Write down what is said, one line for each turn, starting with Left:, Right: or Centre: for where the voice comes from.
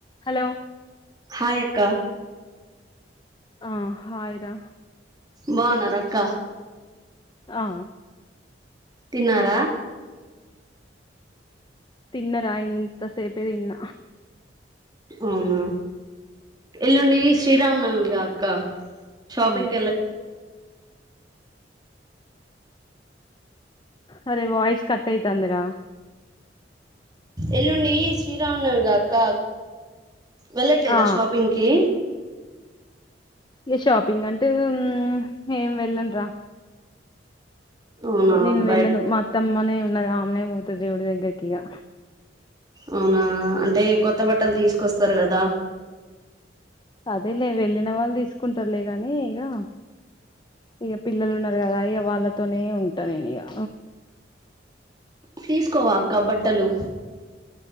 Left: హలో
Right: హాయ్ అక్క.
Left: <unintelligible> హాయ్ రా.
Right: బావున్నారా అక్క.
Left: ఆ
Right: తిన్నారా.
Left: తిన్నరా ఇంత సేపేదిన్న.
Right: అవునా, ఎల్లుండి శ్రీరామనవమి కదా అక్క. షాపింగ్
Left: ఆ
Right: కెల్లా.
Left: అరే వాయిస్ కట్ కట్ అయితాంది. రా.
Right: ఎల్లుండి శ్రీరామనవమిగా అక్క. వెళ్లట్లేదా
Left: ఆ
Right: షాపింగ్ కి.
Left: ఇ షాపింగ్ అంటూ ఏం వెళ్ళండ రా.
Right: అవునా
Left: నేను
Right: బయట
Left: వెళ్ళను మా అత్తమ్మనే ఉన్న ఆమెనే పోతాది దేవుడి దగ్గరకిగా.
Right: అవునా అంటే కొత్త బట్టలు తీసుకొస్తారు కదా.
Left: అదే లే వెళ్ళిన వాళ్ళు తీసుకుంటారులే కానీ ఇగా. ఇగా పిల్లలు ఉన్నారు. కదా ఇక వాళ్ళతోనే ఉంటా నేను ఇగా.
Right: తీసుకోవా అక్క బట్టలు.